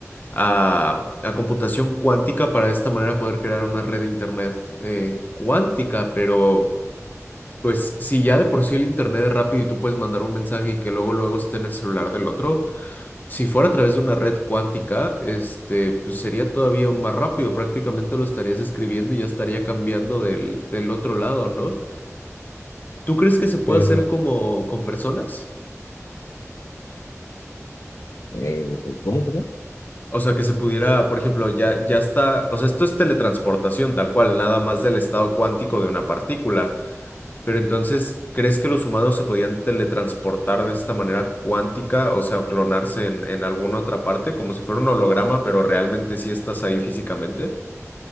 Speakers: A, on the left (about 35°); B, on the left (about 70°).
A: a, a computación cuántica para de esta manera poder crear una red de internet eh, cuántica. Pero pues si ya de por sí el internet es rápido y tú puedes mandar un mensaje y que luego luego esté en el celular del otro, si fuera a través de una red cuántica, este pues sería todavía aún más rápido. Prácticamente lo estarías escribiendo y ya estaría cambiando del, del otro lado, ¿no? ¿Tú crees que se puede
B: Pero,
A: hacer como con personas?
B: eh, ¿cómo, cómo?
A: O sea, que se pudiera, por ejemplo, ya, ya está, o sea, esto es teletransportación tal cual, nada más del estado cuántico de una partícula. Pero entonces, ¿crees que los humanos se podían teletransportar de esta manera cuántica, o sea, clonarse en, en alguna otra parte, como si fuera un holograma, pero realmente sí estás ahí físicamente?